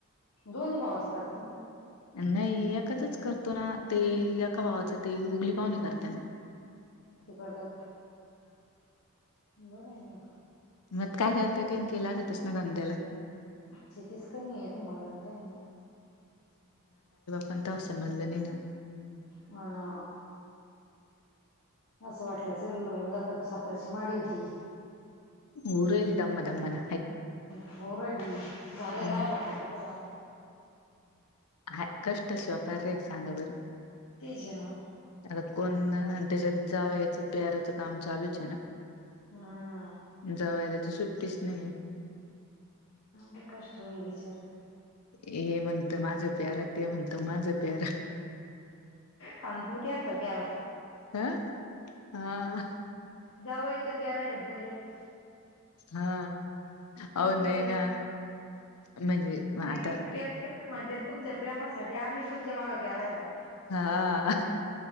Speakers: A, on the left (about 65°); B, on the left (about 85°).
A: दोन्ही भावाचं करते तुम्ही.
B: नाही एकाचच करतो ना ते एका भावाचं ते उघली पाहणे करतेना
A: ते करत का बरं आहे ना.
B: मग काय करते का लागतस ना धंद्याला
A: चछतीस का मी येेतू मलम काय
B: पण त समजलं नाही ना
A: होणा असं वाटलं चल होन जात सापराची माडी होती.
B: ऊरल दम दमन
A: होर झालं राहिला
B: मग
A: पापा तर झाला
B: हा कष्ट शिवापार रे एक सांगा बरं
A: तेजे ना
B: आता कोण आणि त्याच्यात जाव याचं प्याराचं काम चालूच आहे ना
A: हा.
B: जेवयला तर सुट्टीच नाही.
A: ते कष्ट बीचार
B: हे म्हणत माझ प्यारा ते म्हणत माझं प्यारा
A: ह तू त्यान त तरा.
B: हा हा.
A: जावायचं प्यारा आहे लेत.
B: हा हो
A: तुम्ही
B: न
A: एक
B: ना म्हणजे
A: नाही
B: आता
A: प्यार म्हणते तुमच्या प्रेमासाठी आम्ही तुम माग प्यारा आहे मला
B: हा.